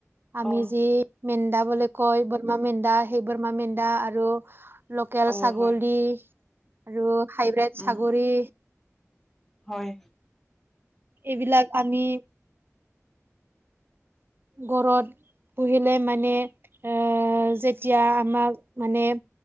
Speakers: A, on the right; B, in the centre.
A: আমি
B: অ
A: যি মেন্দা বুলি কয় বমা মেন্দা সেই বমা মেন্দা আৰু লোকেল
B: অ
A: ছাগলী
B: হয়
A: আৰু হাইব্ৰেড
B: উম
A: ছাগৰী
B: হয়
A: এইবিলাক আমি গৰদ পুহিলে মানে এ যেতিয়া আমাক মানে